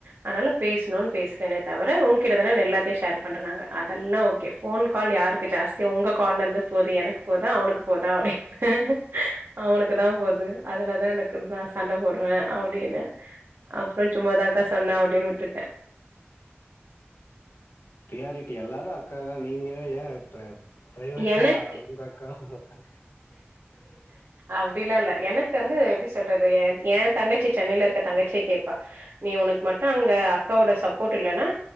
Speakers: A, on the right; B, on the left.
A: அதனால பேசணும்னு பேசுறனே தவிர உங் ஒன்கிட்ட தான நா எல்லாத்தையு ஷேர் பண்றாங்க அதெல்லா ஓகே ஃபோன் கால் யாருக்கு ஜாஸ்தி உங்க கால்ல இருந்து போகுது எனக்கு போதா அவனுக்கு போதா அப்டின்னு அவனுக்கு தா போது அதுலதா எனக்கு நா சண்ட போடுவே அப்டின்னு அப்புறோ சும்மாதாக்கா சொன்னே அப்டின்னு விட்டுட்டே
B: ரியாரிட்டி எல்லாரு அக்கா தா நீங்க ஏ அத பிரைவேட்டா
A: எனக்கு
B: உங்கக்காக்கா எங்கக்கா
A: அப்டில்லா இல்ல எனக்கு வந்து எப்டி சொல்றது எந் ஏந் தங்கச்சி சென்னைல இருக்க தங்கச்யே கேப்பா நீ உனக்கு மட்டு அங்க அக்காவோட சப்போர்ட்டில்லேன்னா